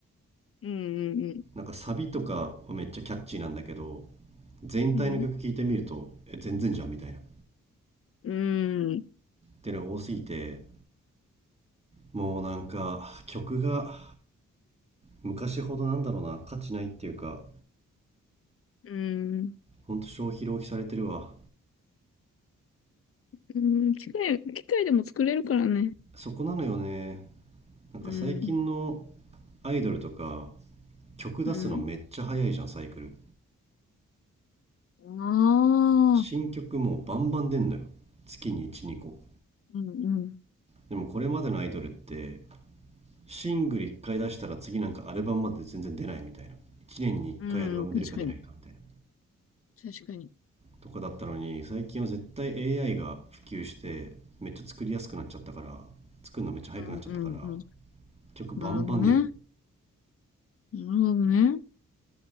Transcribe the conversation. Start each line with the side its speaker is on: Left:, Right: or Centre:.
Left: うん、うん、
Right: なんかサビとかはめっちゃキャッチーなんだけど全体の曲聴いてみるとえ全然じゃんみたいなっ
Left: うん。うん、うん。
Right: ていうのが多すぎてもうなんか曲が昔ほどなんだろうな価値ないっていうか
Left: うん
Right: ほんと消費浪費されてるわ
Left: うん機械、機械でも作れるからね。
Right: そこなのよねなんか最近の
Left: うん、
Right: アイドルとか曲出すのめっちゃ早いじゃんサイクル
Left: うん。ああ、
Right: 新曲もうバンバン出んのよ月に12個
Left: うん、うん。
Right: でもこれまでのアイドルってシングル1回出したら次なんかアルバムまで全然出ないみたいな1年に1回アルバム出るか出ないかみたいな
Left: うん、確かに。確かに。
Right: とかだったのに最近は絶対 AI が普及してめっちゃ作りやすくなっちゃったから作るのめっちゃ早くなっちゃったから
Left: うん、うん、うん。
Right: 曲バンバン出る
Left: なるほどね。なるほどね。